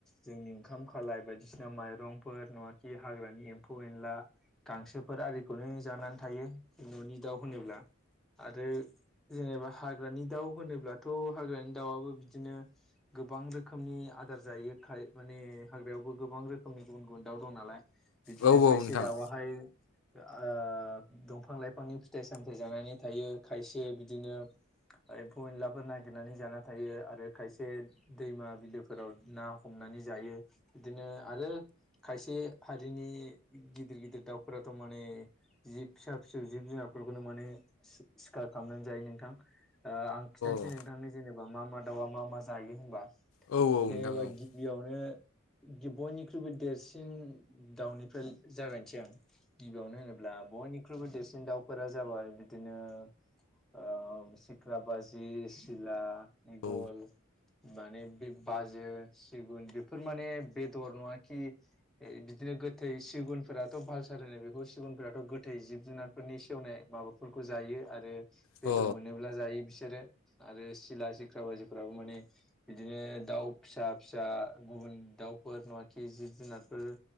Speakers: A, in the centre; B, on the left.
A: जोंनि ओंखाम खालाय बायदिसिना माइरंफोर नङाखि हाग्रानि एम्फौ एनला गांसोफोर आरिखौनो जानानै थायो ननि दाउ होनोब्ला आरो जेनेबा हाग्रानि दाउ होनोब्लाथ' हाग्रानि दाउआबो बिदिनो गोब गोबां रोखोमनि आदार जायो खाय माने हाग्रायावबो गोबां रोखोमनि गुबुन गुबुन दाउ दं नालाय बिदिनो
B: औ
A: खायसे
B: औ नोंथां
A: दाउआहाय ओ दंफां लाइफांनि फिथाइ सामथाय जानानै थायो खायसे बिदिनो एम्फौ एनलाफोर नागिरनानै जाना थायो आरो खायसे दैमा बिलोफोराव ना हम नानै जायो बिदिनो आरो खायसे हारिनि गिदिर गिदिर दाउफोराथ' माने जिब फिसा फिसौ जिब जुनार फोरखौनो माने सि-सिखार खालामनानै जायो नोंथां ओ आं खिथानोसै
B: अ
A: नोंथांनो जेनेबा मा मा दाउआ मा मा जायो होनबा
B: औ नोंथां
A: जेनेबा
B: औ
A: गिबियावनो बयनिख्रुइबो देरसिन दाउनिफ्राय जागायनसै आं गिबियावनो होनोब्ला बयनिख्रुइबो देरसिन दाउफोरा जाबाय बिदिनो ओ सिख्रा बाजि सिला इगल
B: औ
A: माने बे बाजो सिगुन बेफोर माने बेदर नङाखि बिदिनो गोथै सिगुनफोराथ' भालसार होनो बेखौ सिगुनफोराथ' गोथै जिब जुनारफोरनि सेवनाय माबा फोरखौ जायो आरो
B: औ
A: बेदर मोनोब्ला जायो बिसोर बिसोरो आरो सिला सिख्रा बाजिफोराबो माने बिदिनो दाउ फिसा फिसा गुबुन दाउफोर नङाखि जिब जुनारफोर